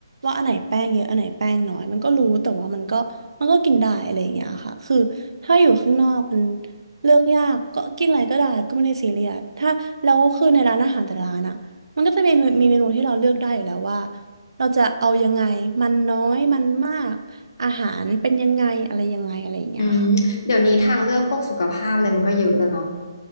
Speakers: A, on the right (about 80°); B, on the left (about 50°).
A: ว่าอันไหนแป้งเยอะอันไหนแป้งน้อยมันก็รู้แต่ว่ามันก็มันก็กินได้อะไรอย่างเงี้ยค่ะ คือถ้าอยู่ข้างนอกมันเลือกยากก็กินอะไรก็ได้ก็ไม่ได้ซีเรียสถ้าแล้วคือในร้านอาหารแต่ละร้านอะมันก็จะมีมีเมนูที่เราเลือกได้อยู่แล้วว่าเราจะเอายังไงมันน้อยมันมากอาหารเป็นยังไงอะไรยังไงอะไรอย่างเงี้ยค่ะ
B: อืมเดี๋ยวนี้ทางเลือกพวกสุขภาพอะไรมันก็เยอะแล้วเนาะ